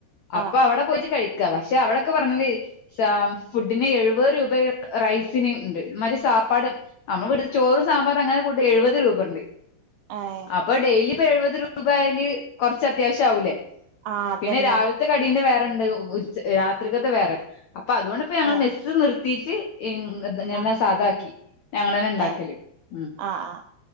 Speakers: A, on the left; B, on the right.
A: അപ്പൊ
B: ആഹ്
A: അവിടെ പോയിട്ട് കഴിക്ക പക്ഷെ അവിടൊക്കെ പറഞ്ഞല് ഫുഡിന് എഴുപത് രൂപ റൈസിന് ഉണ്ട് മറ്റെ സാപ്പാട് നമ്മൾ വീട്ടിൽ ചോറും സാമ്പാറും അങ്ങനെ കൂട്ടി എഴുപത് രൂപ ഉണ്ട്
B: ആഹ്
A: അപ്പൊ ഡെയ്ലി ഇപ്പൊ എഴുപത് രൂപയിൽ ആയാല് കുറച്ച് അത്യാവശ്യം ആവൂലേ
B: ആഹ് അതന്നെ
A: പിന്നെ രാവിൽ ത്തെ കടീന്റെ വേറെണ്ട് ഉച്ച രാത്രിക്കത്തെ വേറെ അപ്പൊ അതുകൊണ്ട്പ്പോ ഞങ്ങള്
B: ഏ
A: മെസ്സ് നിർത്തിട്ട് ഇങ് ഇങ്ങന
B: ആഹ്
A: സാദ ആക്കി ഞങ്ങള് തന്നെ ഉണ്ടാക്കല്
B: ഏഹ്
A: ഉം
B: ആഹ്